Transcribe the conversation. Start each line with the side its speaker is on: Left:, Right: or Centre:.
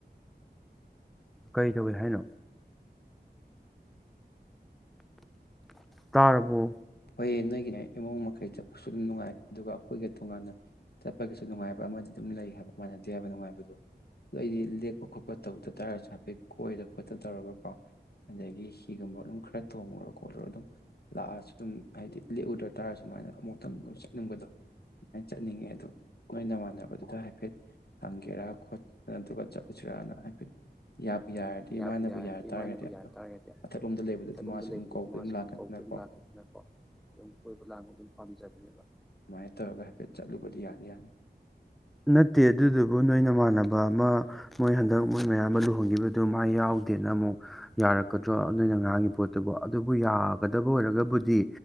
Centre: ꯀꯔꯤ ꯇꯧꯏ ꯍꯥꯏꯅꯣ ꯇꯥꯕꯨꯣ
Left: ꯍꯣꯏ ꯅꯣꯏꯒꯤꯅꯦ ꯏꯃꯨꯡ ꯃꯈꯩ ꯆꯠꯄꯁꯨ ꯑꯗꯨꯝ ꯅꯨꯡꯉꯥꯏ ꯑꯗꯨꯒ ꯑꯩꯈꯣꯏꯒꯤ ꯇꯣꯉꯥꯟꯅ ꯆꯠꯄꯒꯤꯁꯨ ꯅꯨꯡꯉꯥꯏꯕ ꯂꯩ ꯍꯥꯏ ꯃꯅꯗꯦ ꯍꯥꯏꯕ ꯅꯨꯡꯉꯥꯏꯕꯗꯣ ꯑꯗꯨ ꯑꯩꯗꯤ ꯂꯦꯛꯄ ꯈꯣꯠꯄ ꯇꯧꯗ ꯇꯥꯔꯁꯨ ꯍꯥꯏꯐ ꯈꯣꯠꯇ ꯇꯧꯔꯒ ꯀꯣ ꯑꯗꯨꯗꯒꯤ ꯍꯤꯒꯨꯝꯕ ꯑꯗꯨꯝ ꯈꯔ ꯇꯣꯡꯉꯨꯔ ꯈꯣꯠꯂꯨꯔ ꯑꯗꯨꯝ ꯂ ꯑꯗꯨꯝ ꯍꯥꯏꯗꯤ ꯂꯦꯛꯎꯗ꯭ꯔ ꯇꯥꯔꯁꯨ ꯁꯨꯃꯥꯏꯅ ꯑꯃꯨꯛꯇꯪ ꯆꯠꯅꯤꯡꯕꯗꯣ ꯑꯗꯨꯃꯥꯏꯅ ꯆꯠꯅꯤꯡꯉꯦ ꯑꯗꯣ ꯅꯣꯏꯅꯃꯥꯟꯅꯕꯗꯨꯗ ꯍꯥꯏꯐꯦꯠ ꯍꯪꯒꯦꯔꯥ ꯈꯣꯠ ꯑꯗꯨꯒ ꯆꯠꯂꯨꯁꯤꯔꯛꯅ ꯍꯥꯏꯐꯦꯠ ꯌꯥꯕꯨ ꯌꯥꯔꯗꯤ
Centre: ꯌꯥꯕꯨ
Left: ꯃꯥꯅꯕꯨ
Centre: ꯌꯥꯔꯗꯤ
Left: ꯌꯥꯔ ꯇꯥꯔꯒꯗꯤꯊꯂꯣꯝꯗ
Centre: ꯃꯥꯅꯕꯨ ꯌꯥ ꯇꯥꯔꯒꯗꯤ
Left: ꯂꯩꯕꯗ
Centre: ꯃꯊꯛꯂꯣꯝꯗ
Left: ꯑꯗꯨ ꯃꯥꯁꯨ
Centre: ꯂꯩꯕꯗꯨꯗꯤ
Left: ꯑꯗꯨꯝ ꯀꯧꯕ
Centre: ꯃꯥꯁꯨ
Left: ꯑꯗꯨꯝ ꯂꯥꯛꯀꯅꯤꯅ
Centre: ꯀꯧꯕ ꯑꯗꯨꯝ
Left: ꯀꯣ
Centre: ꯂꯥꯛꯀꯅꯤꯅꯀꯣ ꯑꯗꯨꯝ ꯀꯣꯏꯕ ꯂꯥꯡ ꯑꯗꯨꯝ ꯄꯥꯝꯖꯕꯅꯦꯕ
Left: ꯑꯗꯨꯃꯥꯏꯅ ꯇꯧꯔꯒ ꯍꯥꯏꯐꯦꯠ ꯆꯠꯂꯨꯕꯗꯤ ꯌꯥꯗꯤ ꯌꯥꯅꯤ
Centre: ꯅꯠꯇꯦ ꯑꯗꯨꯗꯨꯕꯨ ꯅꯣꯏꯅ ꯃꯥꯟꯅꯕ ꯑꯃ ꯃꯣꯏ ꯍꯟꯗꯛ ꯃꯣꯏ ꯃꯌꯥꯝ ꯑꯃ ꯂꯨꯍꯣꯡꯈꯤꯕꯗꯨ ꯃ ꯌꯥꯎꯗꯦꯅ ꯑꯃꯨꯛ ꯌꯥꯔꯛꯀꯗ꯭ꯔꯣ ꯑꯗꯨ ꯑꯉꯥꯡꯒꯤ ꯄꯣꯠꯇꯨꯕꯨ ꯑꯗꯨꯕꯨ ꯌꯥꯒꯗꯕ ꯑꯣꯏꯔꯒꯕꯨꯗꯤ